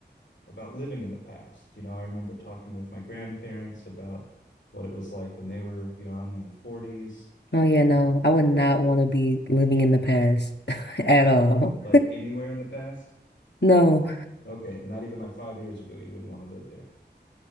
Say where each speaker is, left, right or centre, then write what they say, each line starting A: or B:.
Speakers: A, on the left (about 85°); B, on the left (about 65°).
A: about living in the past. You know, I remember talking with my grandparents about what it was like when they were young in the 40s,
B: Oh yeah, no, I would not want to be living in the past <laughs> at all.
A: like anywhere in the past.
B: No.
A: Okay, not even like five years ago, you wouldn't want to live there.